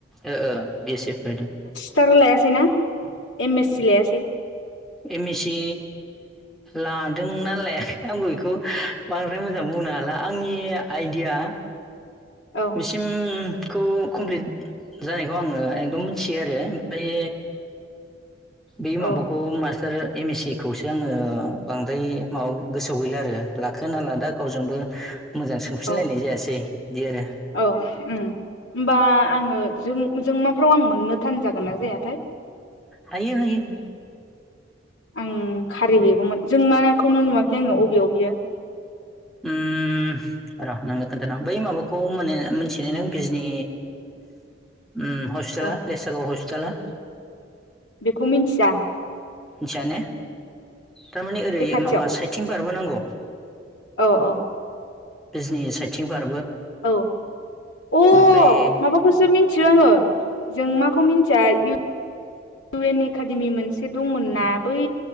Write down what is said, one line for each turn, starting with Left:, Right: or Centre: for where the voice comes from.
Centre: ओ ओ बि एस सि फरायदों
Left: टार' लायासैना एम एस सि लायासै
Centre: एम एस सि लादोंना लायाखै आंबो बेखौ बांद्राय मोजां बुंनो हाला आंनि आइडिया
Left: औ
Centre: बिसिमखौ कमप्लिट जानायखौ आङो एकदम मोन्थियो आरो ओमफ्राय बे
Left: औ
Centre: माबुखौ मास्टार एम एस सि खौसो आङो बांद्राय माबा गोसोआव गैला आरो लाखो ना लादा गावजोंबो मोजां सोंफिनलायनाय
Left: औ
Centre: जायासै बिदि आरो
Left: औ उम होमबा आङो जों जों मा फ्राव आं मोननो थान जागोन ना जायाथाय?
Centre: हायो हायो
Left: आं खारि हैैगौमोन जोंमा खौनो नुवाखै आङो अबेयाव बियो?
Centre: उम ओम र' नोंनो खोन्थानो आं बै माबाखौ माने मोनथियो नों बिजनि ओम हस्पिटाला
Left: औ
Centre: लेसागाव हस्पिटाला
Left: बेखौ मिन्थिया।
Centre: मिथिया ने? थारमाने ओरै
Left: बे खाथियाव
Centre: माबा साइथिं बारबोनांगौ।
Left: औ औ।
Centre: बिजनि साइथिं बार -
Left: औ अ
Centre: ओमफ्राय
Left: माबाखौसो मिन्थियो आङो जोंमाखौ मिन्थिया, इउ एन एकाडेमि मोनसे दंमोन ना बै